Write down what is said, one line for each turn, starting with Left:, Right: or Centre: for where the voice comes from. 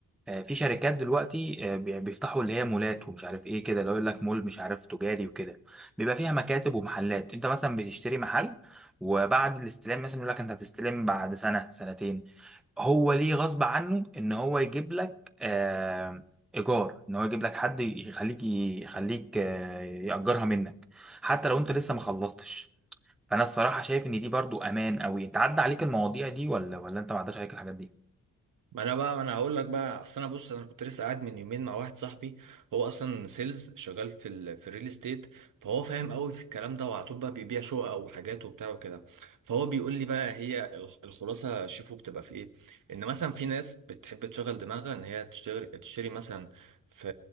Centre: آه، في شركات دلوقتي آه، بي- بيفتحوا اللي هي مولات ومش عارف ايه كده لو يقول لك مول مش عارف تجاري وكده بيبقى فيها مكاتب ومحلات انت مثلا بتشتري محل وبعد الاستلام مثلا يقول لك انت هتستلم بعد سنة سنتين هو ليه غصب عنه ان هو يجيب لك آه، ايجار ان هو يجيب لك حد يخليك يخليك آه، يأجرها منك حتى لو انت لسه ما خلصتش فانا الصراحة شايف ان دي برضو امان قوي انت عدى عليك المواضيع دي ولا ولا انت ما عداش عليك الحاجات دي
Right: ما انا بقى ما انا هقول لك بقى اصل انا بص انا كنت لسه قاعد من يومين مع واحد صاحبي هو اصلا سيلز شغال في ال في الريل استيت فهو فاهم قوي في الكلام ده وعلى طول بقى بيبيع شقق وحاجات وبتاع وكده فهو بيقول لي بقى هي الخ- الخلاصه شوفوا بتبقى في ايه ان مثلا في ناس بتحب تشغل دماغها ان هي تشتري تشتري مثلا في